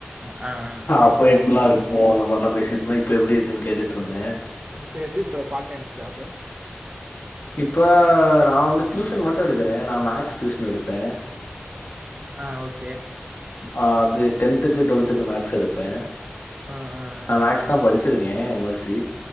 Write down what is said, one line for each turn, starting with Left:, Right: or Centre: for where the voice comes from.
Right: ம் ம்
Left: அப்ப எப்பில்லா இருக்கு அந்த மாரிலா பேசின்தோ இப்ப எப்டி இருக்குன் கேட்டுட்ருந்த
Right: இப்ப எப்டி ப்ரோ பார்ட் டைம் ஜாப்பு
Left: இப்ப நா வந்து டியூஷன் மட்டு எடுக்கிற நா மேக்ஸ் டூஷன் எடுப்பே
Right: ஆ ஓகே
Left: ஆ அது டென்த்துக்கு டுவெல்த்துக்கு மேக்ஸ் எடுப்பே
Right: ஆ ஆ ஆ
Left: நா மேக்ஸ் தா படிச்சிருக்கே எம் எஸ் சி